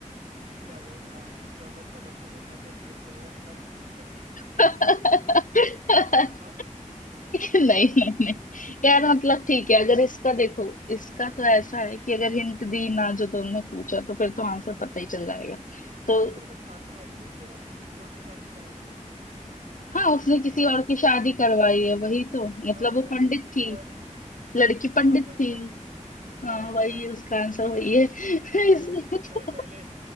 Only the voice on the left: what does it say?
<laughs>
एक नहीं
नहीं नहीं यार मतलब ठीक है अगर इसका देखो इसका तो ऐसा है कि अगर हिंट दी ना जो तुमने पूछा तो फिर तो आंसर पता ही चल जाएगा तो
हाँ उसने
किसी
और
की
शादी
करवाई है वही तो मतलब
वो
पंडित
थी
लड़की
पंडित
थी
हाँ वही
उसका आंसर वही है <laughs>
इसलिए
तो